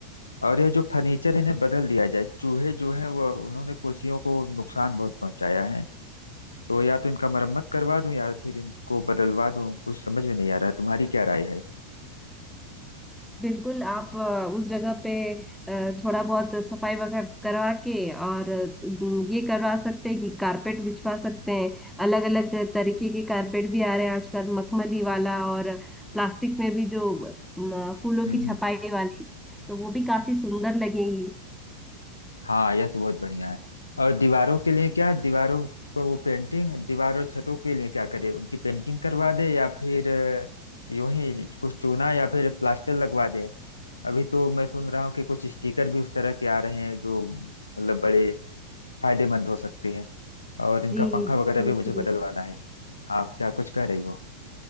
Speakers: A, on the left (about 80°); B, in the centre.
A: और यह जो फर्नीचर इन्हें बदल दिया जाए चूहे जो हैं वह उन्होंने कुर्सियों को नुकसान बहुत पहुंचाया है तो या तो इनका मरम्मत करवा दूं या फिर इनको बदलवा दूं कुछ समझ में नहीं आ रहा है तुम्हारी क्या राय है
B: बिल्कुल आप अ, उस जगह पे अ, थोड़ा बहुत सफाई वगैरह करवा के और अ, ये करवा सकते हैं कि कारपेट बिछवा सकते हैं अलग अलग तरीके के कारपेट भी आ रहे हैं आजकल मखमली वाला और प्लास्टिक में भी जो अ, फूलों
A: हम्म
B: की छपाई वाली तो वो भी काफी सुंदर लगेंगी
A: हाँ यह तो बहुत बढ़िया है और दीवारों के लिए क्या दीवारों को वो पेंटिंग दीवारों छतों के लिए क्या करे उनकी पेंटिंग करवा दे या फिर अ, यूं ही कुछ चूना या फिर प्लास्टर लगवा दे अभी तो मैं सुन रहा हूँ कि कुछ स्टिकर भी उस तरह के आ रहे हैं जो मतलब बड़े फायदेमंद हो सकते हैं और इनका
B: जी
A: पंखा
B: जी,
A: वगैरह
B: बिल्कुल।
A: भी मुझे बदलवाना है आप क्या कुछ कह रही हो